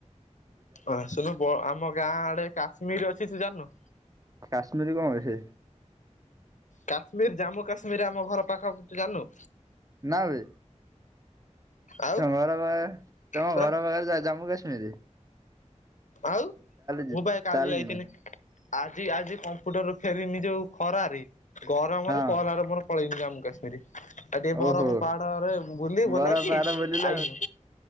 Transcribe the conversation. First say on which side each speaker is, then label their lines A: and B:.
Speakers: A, on the left (about 80°); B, on the right (about 30°).
A: ଆସୁନୁ ବ ଆମ ଗାଁ ଆଡେ କାଶ୍ମୀର ଅଛି ତୁ ଜାନୁ
B: କାଶ୍ମୀରୀ କଣ ବେ ହେ?
A: କାଶ୍ମୀର ଜାମ୍ମୁ କାଶ୍ମୀର ରେ ଆମ ଘର ପାଖପ ତୁ ଜାନୁ।
B: ନା ବେ।
A: ଆଉ
B: ତମ ଘର ପା ତମ
A: ପୁରା
B: ଘର ପାଖରେ ଯା ଜାମ୍ମୁ କାଶ୍ମୀରି।
A: ଆଉ
B: ଯିବି
A: ମୁଁ ପା କାଲି
B: ତାହେଲେ
A: ଯାଇଥିନି।
B: ଯିବି
A: ଆଜି ଆଜି କମ୍ପୁଟର ଫେରି ନି ଯୋଉ ଖରାରେ ଗରମରେ
B: ହଁ
A: ପହଲା ର ମୋର ପଳେଇନୁ ଜାମୁ କଶ୍ମୀର ଆଉ ଟିକେ ବରଫ
B: ଓହୋ
A: ପାହାଡରେ ବୁଲି ବୁଲା
B: ବରଫ
A: କି
B: ପାହାଡ ବୁଲିଲ
A: ଆଇନୁ।